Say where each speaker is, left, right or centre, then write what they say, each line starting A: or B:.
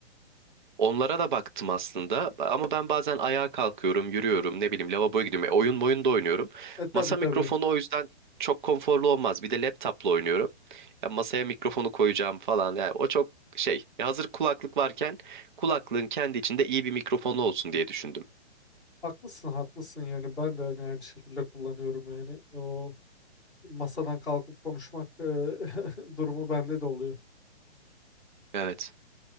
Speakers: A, on the right; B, in the centre.
A: Onlara da baktım aslında. Ama ben bazen ayağa kalkıyorum, yürüyorum, ne bileyim lavaboya gidiyorum. E, oyun boyun da oynuyorum.
B: E tabii
A: Masa mikrofonu
B: tabii
A: o yüzden çok konforlu olmaz. Bir de laptopla oynuyorum. Ya masaya mikrofonu koyacağım falan. Yani o çok şey. Ya hazır kulaklık varken kulaklığın kendi içinde iyi bir mikrofonu olsun diye düşündüm.
B: haklısın haklısın yani ben de hani aynı şekilde kullanıyorum yani o masadan kalkıp konuşmak e, <laughs> durumu bende de oluyor.
A: Evet.